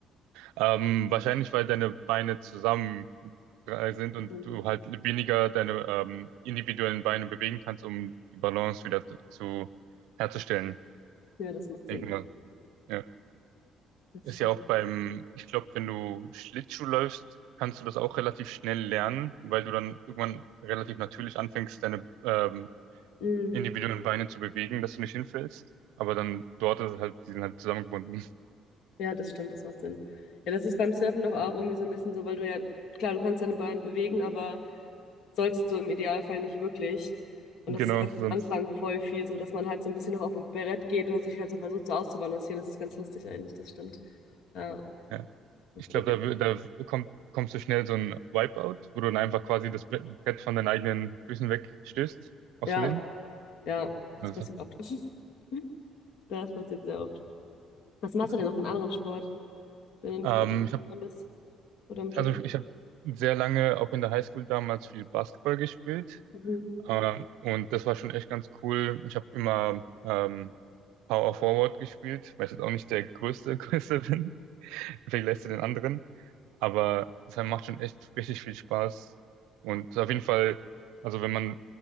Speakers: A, on the right; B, on the left.
A: Ähm, wahrscheinlich, weil deine Beine zusammen äh, sind und
B: Okay.
A: du halt weniger deine ähm, individuellen Beine bewegen kannst, um die Balance wieder zu herzustellen.
B: Ja, das macht Sinn.
A: Denk mal. Ja.
B: Das
A: Ist
B: stimmt.
A: ja auch beim, ich glaube, wenn du Schlittschuh läufst, kannst du das auch relativ schnell lernen, weil du dann irgendwann relativ natürlich anfängst, deine ähm,
B: Mhm.
A: individuellen Beine zu bewegen, dass du nicht hinfällst. Aber dann dort ist es halt, die sind halt zusammengebunden. <laughs>
B: Ja, das stimmt, das macht Sinn. Ja, das ist beim Surfen doch auch irgendwie so ein bisschen so, weil du ja, klar, du kannst deine Beine bewegen, aber solltest du im Idealfall nicht wirklich. Und
A: Genau,
B: das ist, glaube ich, am
A: sonst.
B: Anfang voll viel so, dass man halt so ein bisschen noch auf dem Brett geht oder sich halt so versucht, so auszubalancieren. Das ist ganz lustig eigentlich, das stimmt. Ja,
A: ja.
B: witzig.
A: Ich glaube, da, da kommt, kommst du schnell so ein Wipeout, wo du dann einfach quasi das Bre- Brett von deinen eigenen Füßen wegstößt, aus
B: Ja,
A: Versehen.
B: ja, das
A: Also,
B: passiert oft. <laughs> Das passiert sehr oft. Was machst
A: das,
B: du denn noch für einen anderen Sport, wenn du nicht
A: ähm,
B: gerade
A: ich habe
B: dran bist oder im Gym?
A: also ich habe sehr lange auch in der Highschool damals viel Basketball gespielt.
B: Mhm.
A: Äh, und das war schon echt ganz cool. Ich habe immer ähm, Power Forward gespielt, weil ich jetzt auch nicht der größte, <laughs> Größe bin, vielleicht lässt du den anderen. Aber es macht schon echt richtig viel Spaß. Und auf jeden Fall, also wenn man,